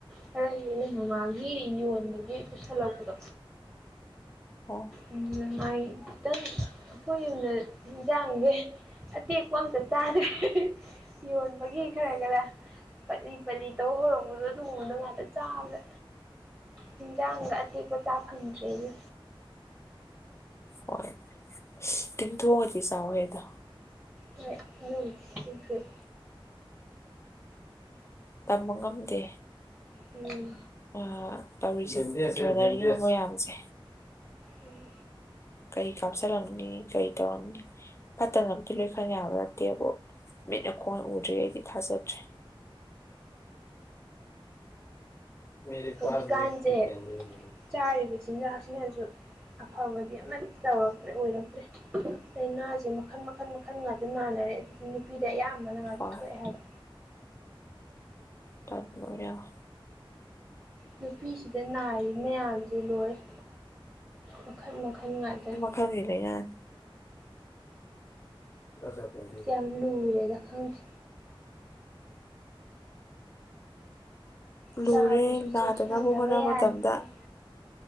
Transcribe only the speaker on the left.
ꯑꯣ
ꯍꯣꯏ ꯇꯤꯡꯊꯣꯛꯑꯗꯤ ꯆꯥꯎꯍꯦ ꯑꯗꯣ꯫
ꯇꯝꯕ ꯉꯝꯗꯦ꯫
ꯑꯥ ꯇꯧꯔꯤꯁꯦ ꯇꯧꯅꯔꯤꯕ ꯃꯌꯥꯝꯁꯦ꯫
ꯀꯩ ꯀꯥꯞꯁꯤꯜꯂꯝꯅꯤ, ꯀꯩ ꯇꯧꯔꯝꯅꯤ꯫ ꯐꯠꯇꯅꯕꯨꯗꯤ ꯂꯣꯏ ꯈꯟ ꯌꯥꯕ ꯅꯠꯇꯦꯕꯨ ꯃꯤꯠꯅ ꯈꯣꯡꯅ ꯎꯗ꯭ꯔꯤ ꯒꯩꯗꯤ ꯊꯥꯖꯗ꯭ꯔꯦ꯫ <unintelligible>
ꯍꯣꯏ
ꯇꯟꯕ ꯃ ꯌꯥꯎ
<unintelligible> ꯂꯥꯏꯅꯥ <inaudible>
ꯂꯨꯔꯦ
ꯅꯥꯗꯅꯕ
ꯍꯣꯠꯅꯕ
ꯃꯇꯝꯗ